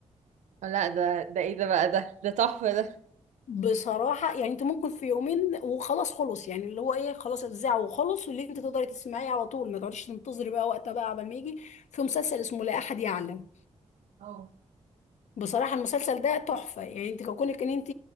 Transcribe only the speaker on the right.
لا ده ده ايه ده بقى ده ده تحفه ده
اه